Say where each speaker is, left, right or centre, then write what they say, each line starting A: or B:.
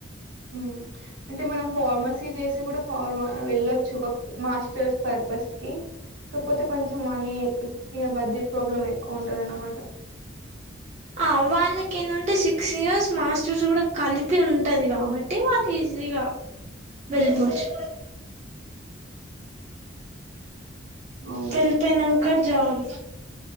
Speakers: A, on the right (about 75°); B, on the right (about 35°).
A: హ్మ్. అంటే మనం ఫార్మసీ చేసి కూడా ఫార్మ వెళ్ళొచ్చు క మాస్టర్స్ పర్పస్ కి కాకపోతే కొంచెం మనీ ఇగా బడ్జెట్ ప్రాబ్లం ఎక్కువ ఉంటది ఆన్నమాట
B: ఆ వాళ్ళకి ఏంటంటే సిక్స్ ఇయర్స్ మాస్టర్స్ కూడా కలిపి ఉంటది. కాబట్టి వాళ్ళు ఈజీ ఈజీగా
A: హ్మ్.
B: వెళ్ళిపోవచ్చు
A: అవును.
B: వెళ్పోనంక జాబ్